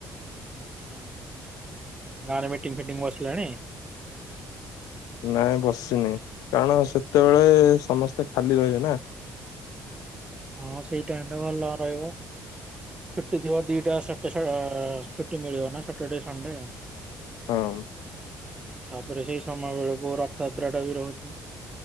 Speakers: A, on the right; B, on the left.
A: ଆଛା! ଗାଁରେ ମିଟିଙ୍ଗ ଫିଟିଙ୍ଗ ବସିଲାଣି?
B: ନାଇଁ ବସିନି କାରଣ ସେତେବେଳେ ସମସ୍ତେ ଖାଲି ରହିବେ ନା। <unintelligible>
A: ହଁ ସେଇଟା ଟାଣ୍ଡ ଭଲ ରହିବ। ଛୁଟି ଥିବା ଦିଇଟା ସଟେ ସ ଅ ଛୁଟି ମିଳିବ ନା ସଟରଡେ ସଣ୍ଡେ।
B: ହଁ।
A: ତାପରେ ସେଇ ସମୟ ବେଳକୁ ରଥଯାତ୍ରା ଟା ବି ରୋହୁଛି।